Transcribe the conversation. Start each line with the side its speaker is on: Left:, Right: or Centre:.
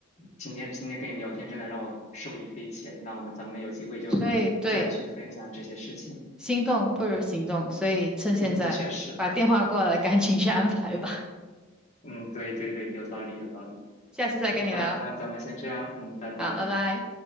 Left: 今天今天跟你聊天，真的让我受益匪浅。那我们咱们有机会就再去分享这些事情。
Centre: 所以对，心动不如行动，所以趁现在把电话挂了，
Left: 嗯，确实，
Centre: 赶紧去安排吧。
Left: 嗯，对对对，有道理有道理。
Centre: <laughs> 下次再跟你聊，
Left: 嗯，那那咱们先这样，嗯，拜拜。
Centre: 好，拜拜。